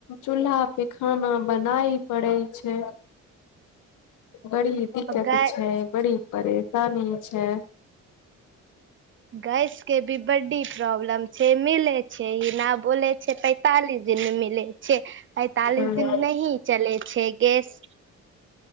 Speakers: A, on the left; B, on the right.
A: चूल्हाप पे खाना बनाय पड़ै छै बड़ी दिक्कत
B: गै
A: छै बड़ी परेशानी छै
B: गैस के भी बड्डी प्रॉब्लम छै मिले छै छै ई ना बोलै छै पैंतालिस दिन मिलै छै अड़तालिस
A: ह
B: दिन नहि चलै छै गैस